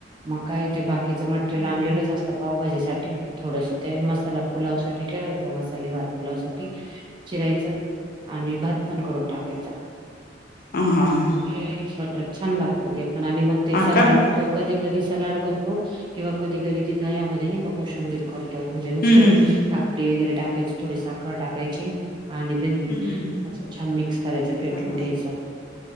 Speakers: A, on the right; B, on the left.
A: मंग कायं ते बाकीचं मटेरियल
B: ह
A: आणलेलंच असतं पावभाजीसाठी थोडंसं ते त्यांला पुलांव साठी ठेवांयचा मसाले भातं पुलांव साठी चिरायचं आणि भात पण करून टाकायचा.
B: आ हा हा.
A: मग बटर छान लागतं ते पण आणि मग ते
B: हा
A: सॅल्यड
B: का हम्म
A: त कधी कधी सॅल्यड करतो किंवा कधीकधी ती दह्यामध्ये नाय का कोशंबीर करतो. म्हणजे तो
B: हम्म हम्म
A: काकडी वगैरे टाकायची थोडी साखर टाकायची. आणि दही
B: हम्म हम्म हम्म
A: असं छान मिक्स करायचं फेटून
B: अरे
A: घ्यायचं.